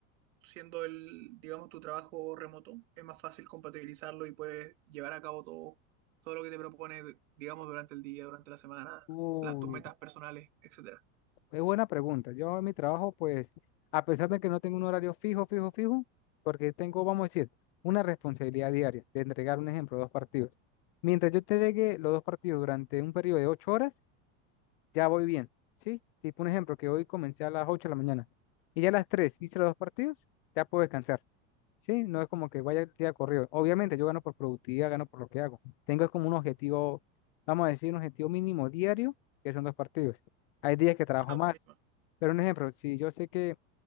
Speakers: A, on the right; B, on the left.
A: siendo el, digamos, tu trabajo remoto? ¿Es más fácil compatibilizarlo y puedes llevar a cabo todo, todo lo que te propone, digamos, durante el día, durante la semana,
B: Uy,
A: la- tus metas personales, etcétera?
B: Es buena pregunta. Yo en mi trabajo, pues, a pesar de que no tengo un horario fijo, fijo, fijo, porque tengo, vamos a decir, una responsabilidad diaria de entregar un ejemplo, dos partidos. Mientras yo entregue los dos partidos durante un periodo de ocho horas, ya voy bien, ¿sí? Tipo un ejemplo, que hoy comencé a las ocho de la mañana y ya a las tres hice los dos partidos, ya puedo descansar. Sí, no es como que vaya día corrido. Obviamente yo gano por productividad, gano por lo que hago. Tengo como un objetivo, vamos a decir, un objetivo mínimo diario, que son dos partidos. Hay días que trabajo
A: Ah,
B: más.
A: buenísimo.
B: Pero un ejemplo, si yo sé que